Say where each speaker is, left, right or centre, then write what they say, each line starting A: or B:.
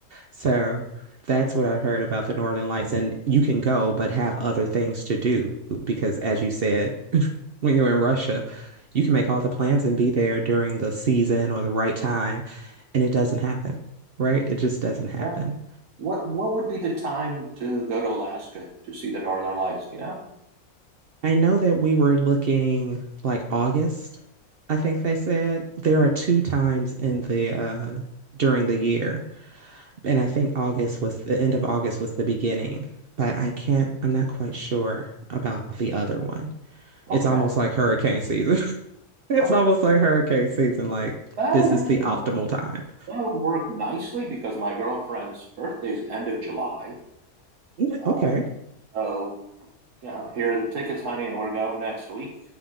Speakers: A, on the right; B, on the right.
A: So that's what I've heard about the Northern Lights. And you can go, but have other things to do because, as you said, when you're in Russia, you can make all the plans and be there during the season or the right time, and it doesn't happen, right? It just doesn't happen.
B: Yeah. What what would be the time to go to Alaska to see the Northern Lights? You know?
A: I know that we were looking like August, I think they said. There are two times in the uh during the year, and I think August was the end of August was the beginning, but I can't, I'm not quite sure about the other one.
B: Okay.
A: it's almost like hurricane season. <laughs> it's
B: Okay.
A: almost like hurricane season. Like
B: That
A: this
B: would
A: is
B: actually-
A: the optimal time.
B: that would work nicely because my girlfriend's birthday's end of July.
A: Yeah,
B: Uh,
A: Okay.
B: so you know, here are the tickets, honey, and we're going next week.